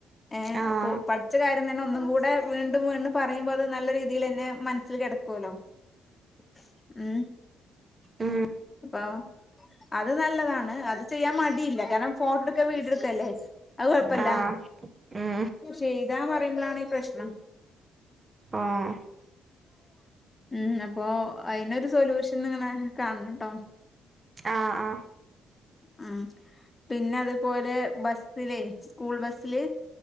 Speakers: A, on the left (about 20°); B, on the right (about 30°).
A: ഏഹ്
B: ആഹ്
A: ഇപ്പൊ പഠിച്ച കാര്യം തന്നെ ഒന്നും കൂടെ വീണ്ടും വീണ്ടും പറയുമ്പോ അത് നല്ല രീതിയിൽ തന്നെ മനസ്സിൽ കിടക്കലോ ഉം
B: ഉം
A: അപ്പ അത് നല്ലതാണ് അത് ചെയ്യാൻ മടിയില്ല കാരണം ഫോട്ടോ എടുക്കാ വീഡിയോ എടുക്കല്ലേ അത് കൊഴപ്പല്ല
B: ഉം ആഹ് ഉം
A: ചെയ്താന്ന് പറയുമ്പോളാണ് ഈ പ്രശ്നം
B: ആഹ്
A: ഉം അപ്പൊ അയിന് ഒരു സൊല്യൂഷൻ ഇങ്ങനെ കാണണട്ടോ
B: ആഹ് ആഹ്
A: ഉം പിന്നെ അതുപോലെ ബസ്സിലേ സ്കൂൾ ബസില്